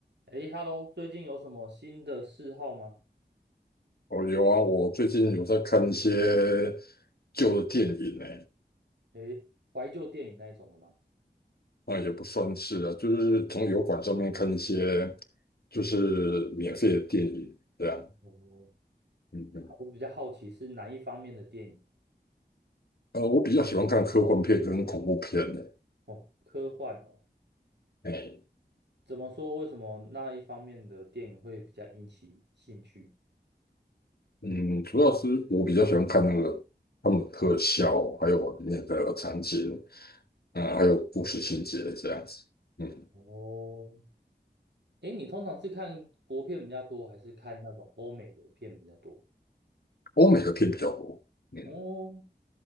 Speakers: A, on the right; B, on the left.
A: 诶 h e l l o 最近有什么新的嗜好吗？
B: 哦，有啊，我最近有在看一些旧的电影呢，
A: 诶，怀旧电影那一种的吗？
B: 啊，也不算是啊，就是从油管上面看一些就是免费的电影这样。
A: 哦，
B: 嗯嗯，
A: 我比较好奇是哪一方面的电影
B: 呃，我比较喜欢看科幻片跟恐怖片的，
A: 哦，科幻哦。
B: 哎，
A: 怎么说？为什么那一方面的电影会比较引起兴趣？
B: 嗯，主要是我比较喜欢看那个他们的特效，还有里面的场景，嗯，还有故事情节这样子。嗯，
A: 哦，诶，你通常是看国片比较多，还是看那种欧美的片比较多？
B: 欧美的片比较多。嗯
A: 哦，